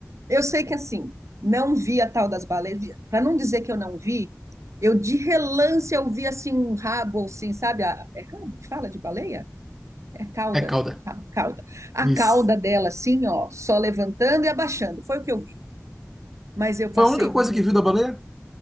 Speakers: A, on the right (about 65°); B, in the centre.
A: Eu sei que assim, não vi a tal das baleias, para não dizer que eu não vi, eu de relance eu vi assim um rabo, assim, sabe? a- é rabo que fala de baleia? É cauda,
B: É cauda.
A: ra- cauda. A
B: Isso.
A: cauda dela, assim, ó, só levantando e abaixando. Foi o que eu vi. Mas eu passei
B: Foi a única coisa
A: muito
B: que viu da
A: mal.
B: baleia?